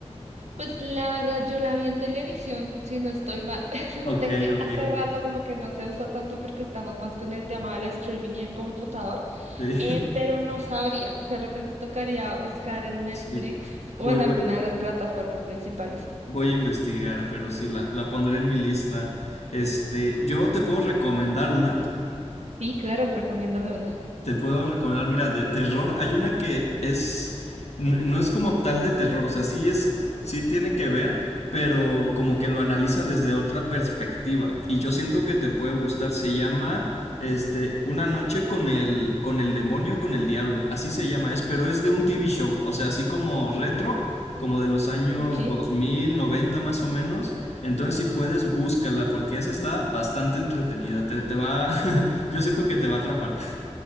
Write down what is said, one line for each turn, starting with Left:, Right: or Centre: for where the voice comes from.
Right: Pues la verdad, yo la vi en televisión, si no estoy mal. <laughs>
Left: Ok,
Right: Sé que
Left: ok.
Right: hace rato como que no se usa tanto porque estamos más con el tema del streaming y el computador,
Left: Sí,
Right: eh, pero no sabría. De repente tocaría buscar
Left: <laughs>
Right: en Netflix
Left: sí.
Right: o
Left: Voy,
Right: en
Left: voy,
Right: alguna de las plataformas principales.
Left: voy a investigar, pero sí la, la pondré en mi lista. Este, yo te puedo recomendar una.
Right: Sí, claro, recomiéndame una.
Left: te puedo recomendar, mira, de terror, hay una que es, n- no es como tal de terror, o sea, sí es, sí tiene que ver, pero como que lo analiza desde otra perspectiva. Y yo siento que te puede gustar, se llama, este, Una noche con el, con el demonio, con el diablo, así se llama, es, pero es de un TV show, o sea, así como retro. Como de los años
Right: Ok,
Left: 2000 90 más o menos. Entonces, si puedes, búscala, porque esa está bastante entretenida. Te, te va. <laughs> Yo siento que te va a atrapar.